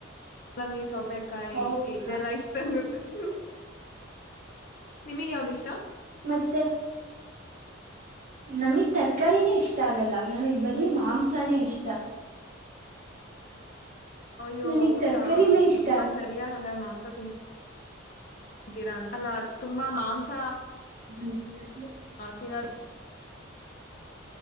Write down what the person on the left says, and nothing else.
ಪಲ್ಲಂಗಿ ಸೌತೆಕಾಯಿ
ಇದೆಲ್ಲಾ ಇಷ್ಟ ಆಗುತ್ತೆ ಹ್ಮ ನಿಮಗ್ ಯಾವ್ದಿಷ್ಟ
ಅಯ್ಯೋ
ಹೌದಾ
ತುಂಬಾ ಸರಿ ಹಂಗಾರ ಮಾಂಸ ತಿನ್ ಅಂತೀರಾಲ್ಲಾ. ತುಂಬಾ ಮಾಂಸ
ತಿನ್ನೋದು